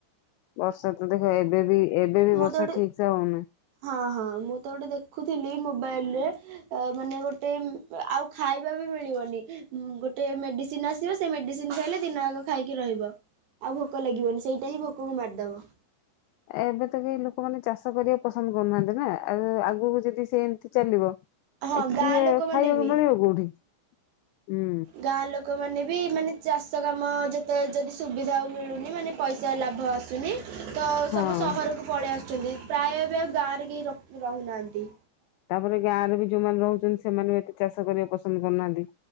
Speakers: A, on the left; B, on the right.
A: ବର୍ଷା ତ ଦେଖ ଏବେ ବି ଏବେ ବି
B: ମୁଁ
A: ବର୍ଷା
B: ତ ଗୋଟେ
A: ଠିକସେ ହଉନୁ।
B: ହଁ, ହଁ ମୁଁ ତ ଗୋଟେ ଦେଖୁଥିଲି ମୋବାଇଲ ରେ ଅ ମାନେ ଗୋଟେ ଆଉ ଖାଇବା ବି ମିଳିବନି ଗୋଟେ ମେଡିସିନ ଆସ ସିବ ସେ ମେଡିସିନ ଖାଇଲେ ଦିନ ଆଗ ଖାଇକି ରହିବ ଆଉ ଭୋକ ଲାଗିବନି ସେଇଟା ହିଁ ଭୋକକୁ ମାରିଦବ।
A: ଏବେ ତ କେହି ଲୋକମାନେ ଚାଷ କରିବାକୁ ପସନ୍ଦ କରୁନାହାନ୍ତି ନା ଆଉ ଆଗକୁ ଯଦି ସେ ଏମିତି ଚାଲିବ।
B: ହଁ
A: କିଏ
B: ଗାଁ ଲୋକମାନେ
A: ଖାଇବାକୁ
B: ବି
A: ମିଳିବ କୋଉଠି ହୁଁ।
B: ଗାଁ ଲୋକମାନେ ବି ମାନେ ଚାଷ କାମ ଯେତେ ଯଦି ସୁବିଧା ଆଉ ମିଳୁନି ମାନେ ପଇସା ଲାଭ ଆସୁନି। ତ
A: ହଁ।
B: ସବୁ ସହରକୁ ପଳେଇ ଆସୁଛନ୍ତି ପ୍ରାୟ ଏବେ ଆଉ ଗାଁ ରେ କେହି ରହୁ ନାହାନ୍ତି।
A: ତାପରେ ଗାଁରେ ବି ଯୋଉମାନେ ରହୁଛନ୍ତି ସେମାନେ ବି ଏତେ ଚାଷ କରିବାକୁ ପସନ୍ଦ କରୁନାହାନ୍ତି।